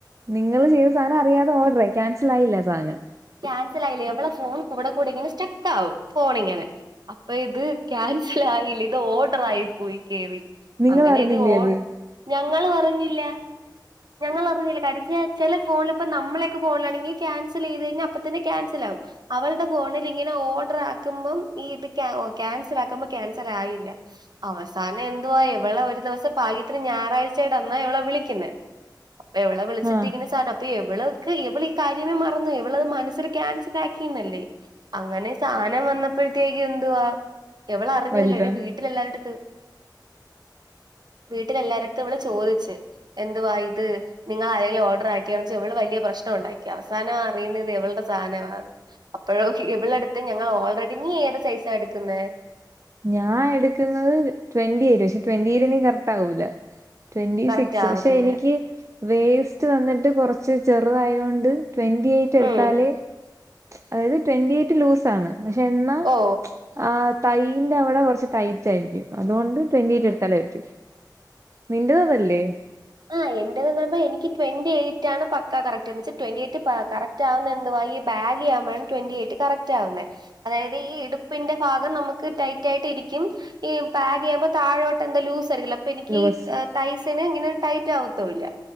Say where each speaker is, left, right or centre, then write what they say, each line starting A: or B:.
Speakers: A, on the right; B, on the right.
A: നിങ്ങള് ചെയ്ത സാനം അറിയാതെ ഓർഡറായി ക്യാൻസലായില്ല സാനം
B: ക്യാൻസലായില്ല ഇവള ഫോൺ കൂടെ കൂടെ ഇങ്ങനെ സ്റ്റക്കാവും ഫോണിങ്ങനെ അപ്പ ഇത് ക്യാൻസൽ ആയില്ല ഇത് ഓർഡർ ആയി പോയി കേറി
A: നിങ്ങൾ
B: അങ്ങനെ
A: അറിഞ്ഞില്ലേ
B: ഇത് ഓ
A: അത്
B: ഞങ്ങളും അറി ഞ്ഞില്ലാ ഞങ്ങള് അറിഞ്ഞില്ല കരിച്ച് ചെല ഫോണിലിപ്പൊ നമ്മളെക്കെ ഫോണിലാണെങ്കി ക്യാസലീത് കയ്ഞ്ഞാ അപ്പ തന്നെ ക്യാൻസലാവും അവൾടെ ഫോണില് ഇങ്ങനെ ഓർഡർ ആക്കുമ്പോ ഈ ഇത് ക്യാ ക്യാൻസല് ആക്ക്മ്പോ ക്യാൻസലായില്ല അവസാനം എന്തുവാ ഇവളെ ഒര് ദിവസം പാഗ്യത്തിന് ഞായറാഴ്ച്ചേ ട ന്നാ ഇവളെ വിളിക്ക്ന്നെ ഇവളെ വിളിച്ചിട്ട്
A: ആഹ്
B: ഇങ്ങനെ സാനം അപ്പാ ഇവള്ക്ക് ഇവള് ഈ കാര്യമേ മറന്നോയി ഇവളത് മനസ്സില് ക്യാൻസലാക്കിന്നല്ലേ അങ്ങനെ സാനം വന്നപ്പഴ്ത്തേക്ക് എന്തുവാ എവള അറിഞ്ഞതല്ല
A: വലുതാ
B: വീ ട്ട്ലെല്ലാര്ട്ത്ത് വീട്ടിലെല്ലാര്ട്ത്തും ഇവള് ചോദിച്ച് എന്തുവാ ഇത് നിങ്ങളാരേലും ഓർഡറാക്കിയാണ്‌ച്ച് ഇവള് വലിയ പ്രശ്നം ഉണ്ടാ ക്കി അവസാന അറിയുന്നഇത് ഇവൾടെ സാധനവാന്ന് അപ്പഴും ഇവളട്ത്ത് ഞങ്ങള് ഓൾറെഡി നീ ഏത് സൈസാ എട്ക്ക്ന്നേ
A: ഞാൻ എട്ക്ക്ന്നത് ട്വന്റിരെ പക്ഷെ ട്വന്റിരെ എനിക്ക് കറക്റ്റ് ആകൂല ട്വന്റി
B: കറക്റ്റ്
A: സിക്സ്
B: ആവത്തില്ല
A: പക്ഷെ എനിക്ക് വേസ്റ്റ് വന്നിട്ട് കൊറച്ച് ചെറ്തായോണ്ട് ട്വന്റി എയ്റ്റ് എട്ത്താലേ
B: ഉം
A: അതായത് ട്വന്റി എയ്റ്റ് ലൂസ് ആണ് പക്ഷെ എന്നാ
B: ഓ
A: ആ കൈ - ന്റെ അവടെ കൊർച്ച് ടൈറ്റായിരിക്കും അതൊണ്ട് ട്വന്റി എയ്റ്റ് എട്ത്താലേ പറ്റൂ നിന്റെത് അതല്ലേ
B: ആ്എന്റെതന്നറയുബോ എനിക്ക് ട്വന്റി എയ്റ്റ് ആണ് പക്ക് ക്ക കറക്റ്റ് എന്ന് വെച്ച ട്വന്റി എയ്റ്റ് കറക്റ്റ് ആവുന്ന എന്തുവാ ഈ ബാഗിയാവുമ്പ വുമ്പഴ് ട്വന്റി എയ്റ്റ് കറക്റ്റ് റ്റാവുന്നേ അതായത് ഈ ഇടുപ്പിന്റെ ഭാഗം നമ്മക്ക് ടൈറ്റായിട്ട് ഇരിക്കും ഈ പാഗീയാമ്പോ താഴോട്ട് എന്താ ലൂസ് ആയിരിക്കല്ലോ അപ്പ എനിക്ക്
A: ലൂസ്
B: സൈസിനു സ്ന് ഇങ്ങനെ ടൈറ്റ് ആവത്തുല്ലാ